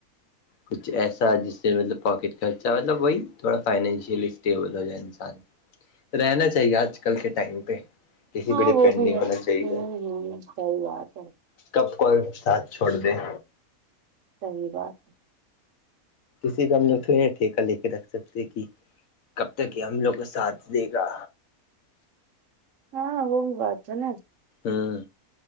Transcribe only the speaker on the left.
کچھ ایسا جس سے مطلب پاکٹ خرچہ مطلب وہی تھوڑا فائنینشلی اسٹیبل ہو جائے انسان رہنا چاہیے آج کل کے ٹائم پہ کسی
بھی ڈپینڈ
نہیں
ہونا چاہیے
کب کوئی ساتھ چھوڑ د
کسی کا ہم ل ٹھیکا لے کے رکھ سکتے کہ کب تک یہ ہم لوگ کو ساتھ دے گا
ہوں